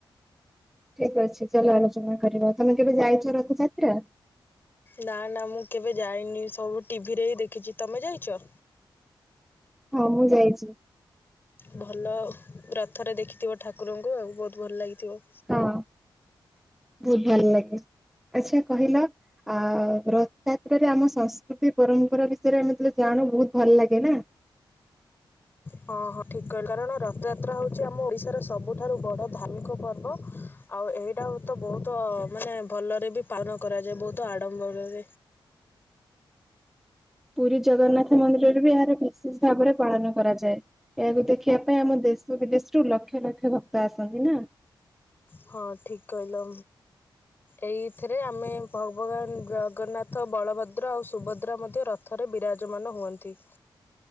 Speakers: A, in the centre; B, on the left.
A: ଠିକ ଅଛି ଚାଲ ଆଲୋଚନା କରିବା ତମେ କେବେ ଯାଇଛ ରଥଯାତ୍ରା।
B: ନା ନା ମୁଁ କେବେ ଯାଇନି ସବୁ ଟିଭିରେ ହିଁ ଦେଖିଛି ତମେ ଯାଇଛ।
A: ହଁ, ମୁଁ ଯାଇଛି।
B: ଭଲ ରଥରେ ଦେଖିଥିବ ଠାକୁରଙ୍କୁ ଆଉ ବହୁତ ଭଲ ଲାଗିଥିବ।
A: ହଁ ବହୁତ ଭଲ ଲାଗେ। ଆଚ୍ଛା କହିଲ, ଆ ରଥଯାତ୍ରାରେ ଆମ ସଂସ୍କୃତି ପରମ୍ପରା ବିଷୟରେ ଆମେ ସେ ଆଣୁ ବହୁତ ଭଲ ଲାଗେ ନା।
B: ହଁ ହଁ ଠିକ୍ କହିଲ କାରଣ ରଥଯାତ୍ରା ହେଉଛି ଆମ ଓଡ଼ିଶାର ସବୁଠାରୁ ବଡ଼ ଧାର୍ମିକ ପର୍ବ। ଆଉ ଏଇଟାକୁ ତ ବହୁତ ମାନେ ଭଲରେ ବି ପାଳନ କରାଯାଏ ବହୁତ ଆଡ଼ମ୍ବରରେ।
A: ପୁରୀ ଜଗନ୍ନାଥ ମନ୍ଦିରରେ ବି ଏହାର ବିଶେଷ ଭାବରେ ପାଳନ। କରାଯାଏ ଏହାକୁ ଦେଖିବା ପାଇଁ ଆମ ଦେଶ ବିଦେଶରୁୁ ଲକ୍ଷ ଲକ୍ଷ ଭକ୍ତ ଆସନ୍ତି ନା।
B: ହଁ ଠିକ କହିଲ। ଏଇଥିରେ ଆମେ ଭଗବାନ ଜଗନ୍ନାଥ ବଳଭଦ୍ର ଆଉ ସୁଭଦ୍ରା ମଧ୍ୟ ରଥ ଥରେ ବିରାଜମାନ ହୁଅନ୍ତି।